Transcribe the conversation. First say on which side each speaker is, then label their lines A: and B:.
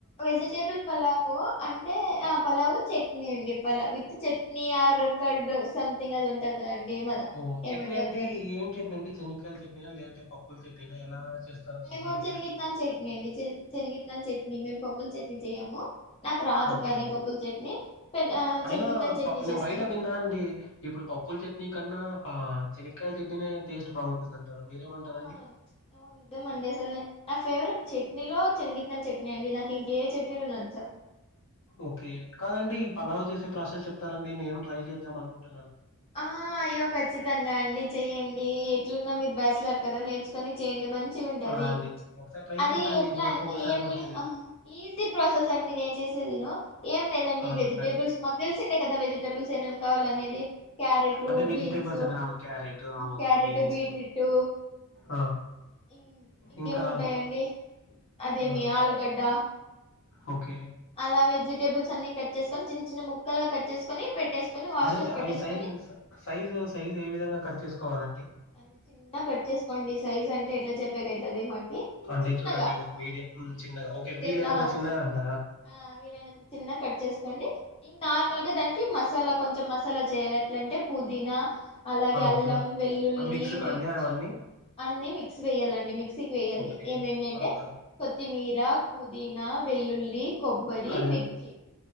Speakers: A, on the left (about 25°); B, on the left (about 60°).
A: వెజిటేబుల్ పలావు అంటే ఆ పలావు చట్నీ అండి pulao with chutney or curd something అది ఉంటది కదండి ఏమ
B: ఓ చట్నీ
A: ఏమంటారు
B: అంటే
A: దాన్ని
B: ఏం చట్నీ అండి చెనకాయల చట్నా లేదంటే పప్పుల చట్నీనా ఎలా చేస్తాను చె
A: మేము
B: నేను
A: శనగిత్తనాల
B: మీరు
A: చట్నీ అండి శనగిత్తనాల చట్నీ మేము పప్పుల చట్నీ చెయ్యము నాకు రాదు
B: ఓకే
A: కానీ పప్పుల చట్నీ
B: అయినా
A: శనగిత్తనాల చట్నీ
B: నేను
A: చేస్తాము
B: బయట విన్నా అండి ఇప్పుడు పప్పుూల చట్నీ క శనకాయల చెట్టినే టేస్ట్ బాగుంటుందంటారు మీరేమంటారడి
A: వువును నిజం అండి అసలు నా ఫేవరెట్ చట్నీలో చిన్నగిత్తన చట్నీ అండి నాకు ఇంకే చట్నీ ళ నచ్చ
B: ఓకే కాదండి ఈ పలావ చేసే ప్రాసెస్ చెప్తారంండి నేం ట్రై చేద్దాం అనుకుంటున్నాను
A: ఆ అయ్యో ఖచ్చితంగా అండి చెయ్యడి ఎట్లున్నా మీరు బ్యాచలర్ కదా నేను కాని చేయండి మంచి ఉంటది
B: ఆ అండి ఒకసారి ట్రై
A: అది
B: చేస్తా అండి
A: ఎట్లా
B: ఇది వరకు
A: అంటే
B: ఒకసారి
A: ఏం
B: కూడా
A: లే
B: చేయలేదు
A: ఈజీ ప్రాసెస్ అండి నేను చేసేదిను ఏం లేదండి
B: ఆ
A: వెజిటేబుల్స్
B: చెప్పండి
A: మాకు తెలిసిండే కదా వెజిటేబుల్స్ ఏమేమి కావాలి అనేది క్యారెట్లు
B: అంటే వెజిటేబుల్స్
A: బీన్సు
B: అంటే ఆ! క్యారెట్ ఆ ఓకే
A: క్యారెట్
B: బీన్స్
A: బీట్బట్టు
B: ఆ
A: ఇ ఇంకేముంటాయంండి
B: ఇంకా
A: అదే
B: ఆ
A: మీ ఆలుగడ్డ
B: ఓకే
A: ఇలా వెజిటేబుల్స్ అన్ని కట్ చేసుకని చిన్న ముక్కలు కట్ చేసుకుొని పెట్టేసుకుని వాషటర్స్
B: అదంటే
A: పెట్టేని
B: అవి సైజు సైజు సైజు ఏ విధంగా కట్ చేసుకోవాలండి
A: అన్ని చిన్న కట్ చేసుకోండి సైజ్ అంటే ఎట్లా చెప్పేకైతది మాకి
B: అంటే
A: చిన్నగా
B: చూడండి ఒక మీడియం చిన్నగా ఓకే
A: మీడియంలా
B: వీళ ఏదంటే చిన్నగా
A: చి
B: అంటారా
A: ఆ కట్ చేసుకోండి ఇం నార్మల్ గా దానికి మసాలా కొంచెం మసాలా చేయ ఎట్లాంటే పుదీనా అలాగే
B: ఆ
A: అల్లం
B: ఓకే
A: వెల్లుల్లి
B: మిక్స్ కాండి
A: మిర్చి
B: అవన్నీ
A: అన్ని మి మిక్సీ వెయాలండి మిక్సీకి వెయ్యాలి
B: ఓకే
A: ఏమేమి అంటే
B: తర్వాత
A: కొత్తిమీర పుదీనా వెల్లుల్లి కొబ్బరి
B: కరివేపి
A: మిర్చి